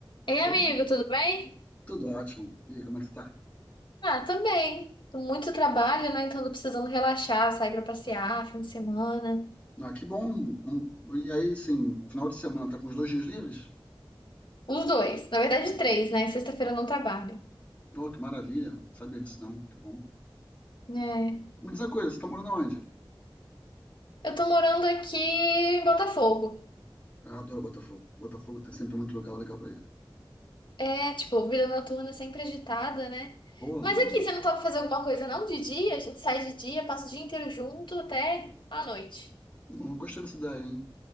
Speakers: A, on the left; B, on the left.
A: Ei, amigo,
B: Oi,
A: tudo bem?
B: tudo ótimo. E aí, como é que você tá?
A: Ah, tô bem. Tô muito trabalho, né? Então tô precisando relaxar, sair pra passear, fim de semana.
B: Ah, que bom. Um- e aí, assim, final de semana, tá com os dois dias livres?
A: Os dois, na verdade três, né? Sexta-feira eu não trabalho.
B: Oh, que maravilha. Não sabia disso não, que bom.
A: É.
B: Me diz uma coisa, você tá morando onde?
A: Eu tô morando aqui em Botafogo.
B: Ah, Eu adoro Botafogo. Botafogo tem sempre muito lugar legal pra ir.
A: É, tipo, vida noturna sempre agitada, né?
B: Pô,
A: Mas
B: não,
A: aqui, você não topa fazer alguma coisa, não? De dia? A gente sai de dia, passa o dia inteiro junto até a noite.
B: não gostei dessa ideia, hein?